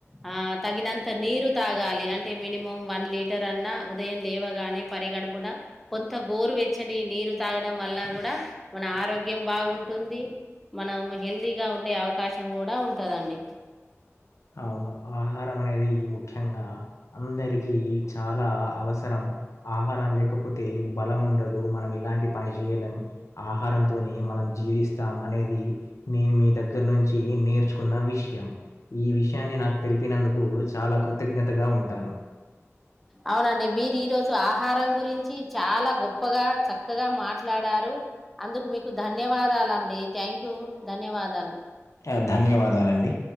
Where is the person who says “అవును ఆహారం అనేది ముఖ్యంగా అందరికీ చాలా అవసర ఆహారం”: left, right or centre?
Left